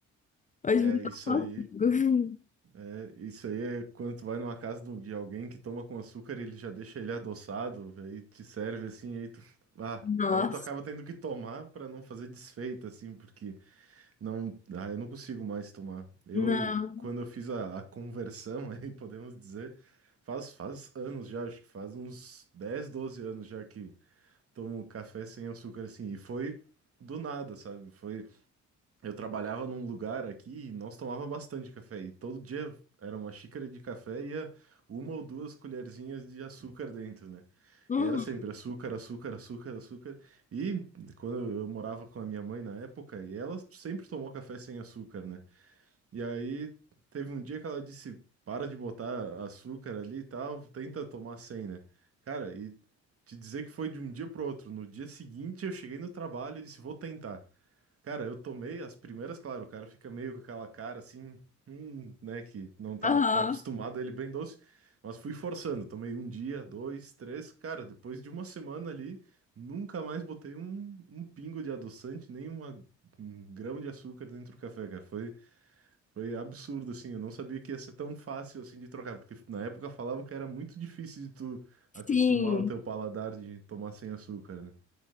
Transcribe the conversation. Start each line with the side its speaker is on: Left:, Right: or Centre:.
Left: Hoje
Right: é
Left: em dia
Right: isso
Left: eu
Right: aí.
Left: não consigo.
Right: É, isso aí é quando tu vai numa casa do- de alguém que toma com açúcar, ele já deixa ele adoçado, aí te serve assim, aí tu, ah,
Left: <laughs> Nossa,
Right: aí tu acaba tendo que tomar pra não fazer desfeita assim, porque não, ah, eu não consigo mais tomar. Eu
Left: não.
Right: quando eu fiz a, a conversão, <laughs> aí podemos dizer, faz faz anos já, acho que faz uns 10 12 anos já que tomo café sem açúcar assim, e foi do nada, sabe? Foi eu trabalhava num lugar aqui e nós tomava bastante café. E todo dia era uma xícara de café e ia uma ou duas colherzinhas de açúcar dentro, né?
Left: Uhum,
Right: E era sempre açúcar, açúcar, açúcar, açúcar. E quando eu morava com a minha mãe na época, e ela sempre tomou café sem açúcar, né? E aí teve um dia que ela disse: para de botar açúcar ali e tal, tenta tomar sem, né? Cara, e te dizer que foi de um dia pro outro. No dia seguinte eu cheguei no trabalho e disse: vou tentar. Cara, eu tomei as primeiras, claro, o cara fica meio com aquela cara assim, hum, né, que não tá,
Left: aham,
Right: tá acostumado a ele bem doce, mas fui forçando, tomei um dia, dois, três, cara, depois de uma semana ali, nunca mais botei um, um pingo de adoçante, nem uma- um grão de açúcar dentro do café, cara, foi, foi absurdo, assim, eu não sabia que ia ser tão fácil, assim, de trocar, porque na época falavam que era muito difícil de tu acostumar
Left: Sim.
Right: o teu paladar de tomar sem açúcar, né?